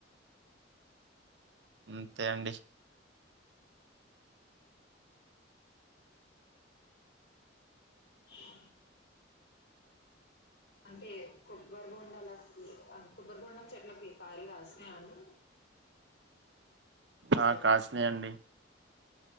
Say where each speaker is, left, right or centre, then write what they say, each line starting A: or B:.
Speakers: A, on the right (about 65°); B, on the left (about 60°).
A: అంతే అండి
B: ఆ అంటే కొబ్బరి బొండాలకి అన్ కొబ్బరి బొండం చెట్లకి కాయలు కాసినాయ అండి బ
A: ఆ కాసినాయండి